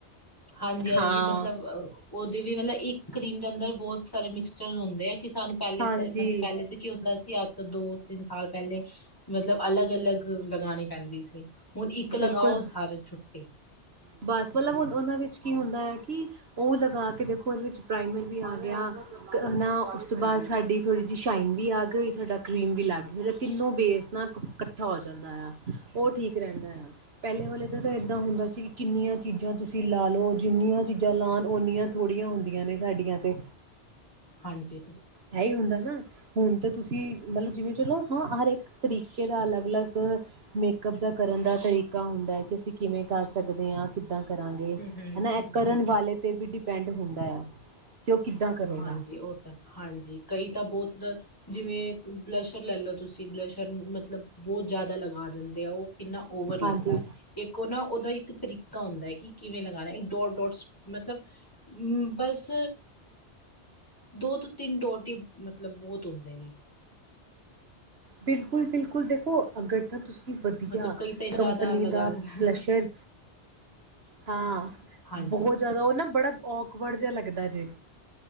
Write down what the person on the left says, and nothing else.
ਹਾਂਜੀ ਹਾਂਜੀ
ਮਤਲਬ ਉਹਦੇ ਵੀ ਮਤਲਬ ਇੱਕ, ਕਰੀਮ ਦੇ ਅੰਦਰ ਬਹੁਤ ਸਾਰੇ ਮਿਕਸਚਰ ਹੁੰਦੇ ਆ ਕਿ ਸਾਨੂੰ ਪਹਿਲੇ
ਤੇ ਮਤਲਬ ਪਹਿਲੇ ਤੇ ਕੀ ਹੁੰਦਾ ਸੀ ਅ ਦੋ ਤਿੰਨ ਸਾਲ ਪਹਿਲੇ ਮਤਲਬ ਅਲੱਗ ਅਲੱਗ ਲਗਾਣੀ ਪੈਂਦੀ ਸੀ। ਹੁਣ ਇੱਕ ਲਗਾਓ
ਸਾਰੀ ਛੁੱਟੀ।
ਹਾਂਜੀ
ਹੂੰ ਹੂੰ
ਹੂੰ
ਹੂੰ।
ਹਾਂਜੀ, ਉਹ ਤਾਂ ਹਾਂਜੀ ਕਈ ਤਾਂ ਬਹੁਤ ਜਿਵੇਂ ਬਲੈਸ਼ਰ ਲੈ ਲਓ ਤੁਸੀਂ ਬਲੈਸ਼ਰ ਨੂੰ ਮਤਲਬ ਬਹੁਤ ਜ਼ਿਆਦਾ ਲਗਾ ਦਿੰਦੇ ਆ ਉਹ ਕਿੰਨਾ ਓਵਰ
ਲੱਗਦਾ ਐ, ਇੱਕ ਉਹ ਨਾ ਉਹਦਾ ਇੱਕ ਤਰੀਕਾ ਹੁੰਦਾ ਐ ਕਿ ਕਿਵੇਂ ਲਗਾਣਾ, ਇੱਕ ਡੋਟ-ਡੋਟ ਡੋਟਸ ਮਤਲਬ ਬਸ ਦੋ ਤੋਂ ਤਿੰਨ ਡੋਟ ਤੇ ਮਤਲਬ ਬਹੁਤ ਹੁੰਦੇ ਨੇ
ਮਤਲਬ ਕਈ ਤਾਂ ਜ਼ਿਆਦਾ
ਲਗਾ
ਦਿੰਦੇ
ਹਾਂਜੀ